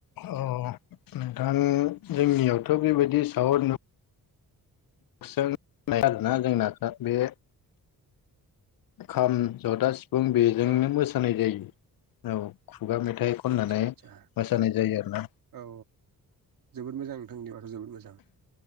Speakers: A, on the left; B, on the right.
A: अ नोंथां जोंनियावथ' बेबायदि साउण्ड सों नाय आरोना जोंना बे खाम जथा सि फुं बेजोंनो
B: औ
A: मोसानाय जायो। औ खुगा मेथाइ खननानै
B: आदसा आदसा
A: मोसानाय जायो आरोना
B: औ औ जोबोद मोजां नोंथां बिदिबा जोबोद मोजां।